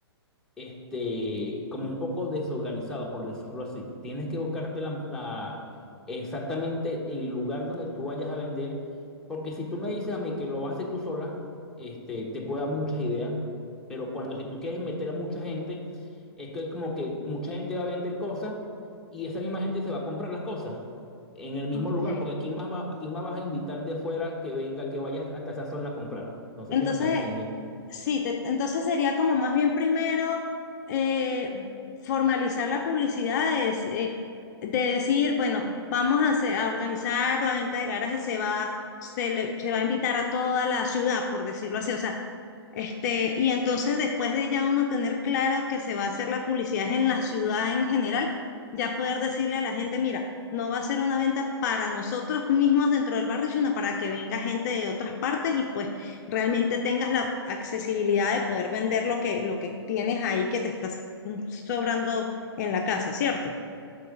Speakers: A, in the centre; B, on the left (about 40°).
A: este, como un poco desorganizado, por decirlo así. Tienes que buscarte la, la- exactamente el lugar donde tú vayas a vender, porque si tú me dices a mí que lo vas a hacer tú sola, este, te puedo dar muchas ideas, pero cuando si tú quieres meter a mucha gente, es que como que mucha gente va a vender cosas y esa misma gente se va a comprar las cosas. En el mismo
B: ok.
A: lugar, porque aquí más va, aquí más vas a invitar de afuera que venga, que vayas hasta esa zona a comprar. No sé
B: Entonces,
A: si me estás entendiendo.
B: Sí, te- entonces sería como más bien primero eh, formalizar la publicidad, de, eh, de decir, bueno, vamos a, hacer- a organizar la venta de garajes, se va, se le- se va a invitar a toda la ciudad, por decirlo así, o sea, este, y entonces después de ya uno tener claro que se va a hacer la publicidad en la ciudad en general, ya poder decirle a la gente, mira, no va a ser una venta para nosotros mismos dentro del barrio, sino para que venga gente de otras partes y pues realmente tengas la accesibilidad de poder vender lo que, lo que tienes ahí que te estás mm, sobrando en la casa, ¿cierto?